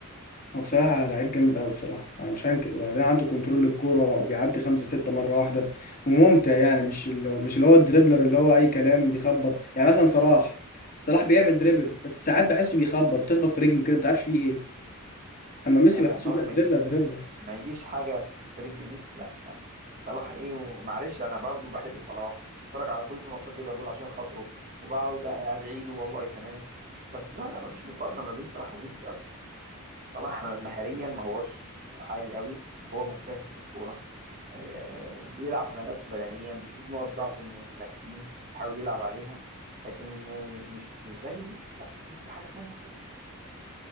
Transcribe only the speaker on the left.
هو بصراحه لعيب جامد قوي بصراحه انا مش هنكر بعدين عنده كنترول للكوره وبيعدي خمسه سته مره واحده وممتع يعني مش اللي مش اللي هو الدريبلر اللي هو اي كلام بيخبط يعني مثلا صلاح صلاح بيعمل دريبل بس ساعات بحسه بيخبط بتخبط في رجله كده ما تعرفش فيه ايه اما ميسي
بحسه
لا دريبلر
دريبلر